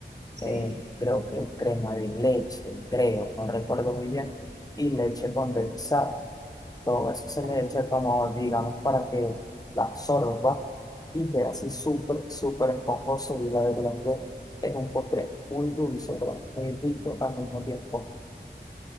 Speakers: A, on the right; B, on the left.
A: Sí.
B: eh, creo que crema de leche, creo, no recuerdo muy bien, y leche condensada. Todo eso se
A: Ay,
B: le echa
A: qué rico.
B: como, digamos, para que la absorba y quede así súper, súper esponjoso. Y la verdad que es un postre muy dulce, pero muy rico al mismo tiempo.